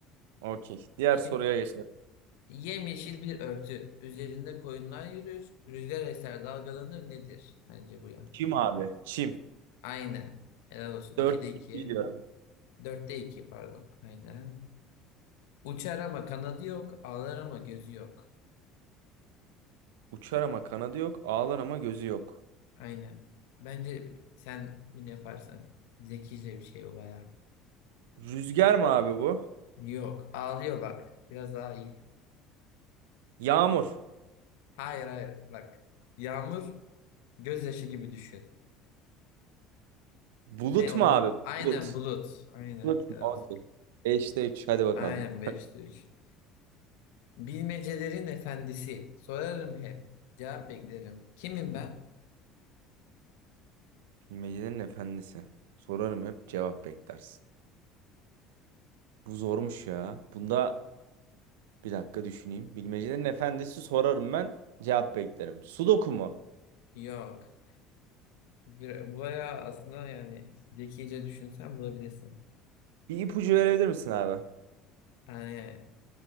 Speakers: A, on the right; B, on the left.
A: Okey. Diğer
B: Şimdi
A: soruya geçelim.
B: Yemyeşil bir örtü. Üzerinde koyunlar yürür. Rüzgar eser dalgalanır nedir? Sence bu ya.
A: Çim abi. Çim.
B: Aynen. Helal olsun. 2'de
A: Dört
B: 2.
A: gidiyorum.
B: 4'te iki pardon. Aynen. Uçar ama kanadı yok. Ağlar ama gözü yok.
A: Uçar ama kanadı yok. Ağlar ama gözü yok.
B: Aynen. Bence sen bunu yaparsan zekice bir şey bu baya.
A: Rüzgar mı abi bu?
B: Yok. Ağlıyor bak. Biraz daha iyi.
A: Yağmur.
B: Hayır hayır. Bak. Yağmur gözyaşı gibi düşün.
A: Bulut
B: Ne o?
A: mu abi?
B: Aynen
A: Bulut.
B: bulut. Aynen.
A: Bulut.
B: Helal
A: mu? Okey.
B: olsun.
A: 5'te 3. Hadi bakalım.
B: Aynen beşte 3. Bilmecelerin efendisi. Sorarım hep. Cevap beklerim. Kimim ben?
A: Bilmecenin efendisi. Sorarım hep cevap beklersin. Bu zormuş ya. Bunda bir dakika düşüneyim. Bilmecenin efendisi sorarım ben cevap beklerim. Sudoku mu?
B: Yok. Bir- Bayağı aslında yani zekice düşünsen bulabilirsin.
A: Bir ipucu verebilir misin abi?
B: Yani